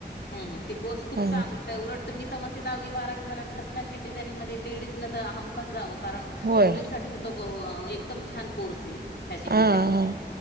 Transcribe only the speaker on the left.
हम्म ते कोर्स खूप
चांगला आहे उलट मी तर म्हणते दहावी बारावी झाल्यानंतर फॅशन डिझायनंग मध्ये लेडीज ने त हमकाज जावं कारण
मुलींसाठी तर तो गव एकदम छान कोर्स हे फॅशन
डिझानिंगचा